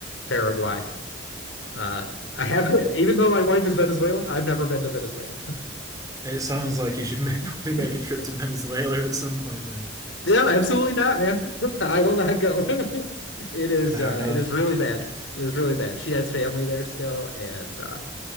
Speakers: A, on the left; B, on the right.
A: Paraguay. Uh, I have, even though my wife is Venezuelan, I've never been to Venezuela.
B: it sounds like you should ma- <laughs> probably
A: <laughs>
B: make a trip to Venezuela at some point then.
A: yeah, absolutely not, man. <laughs> I will not go. <laughs> it is,
B: Fair
A: uh,
B: enough.
A: it is really bad. It is really bad. She has family there still, and uh,